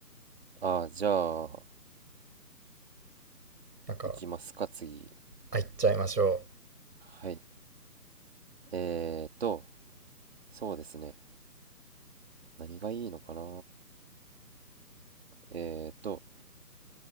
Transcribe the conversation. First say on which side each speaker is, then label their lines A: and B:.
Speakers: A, on the right; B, on the right.
A: ああ、じゃあ、
B: なんか、
A: いきますか、次。
B: あ、いっちゃいましょ
A: はい。えーと、そうですね。何がいいのかなえーと、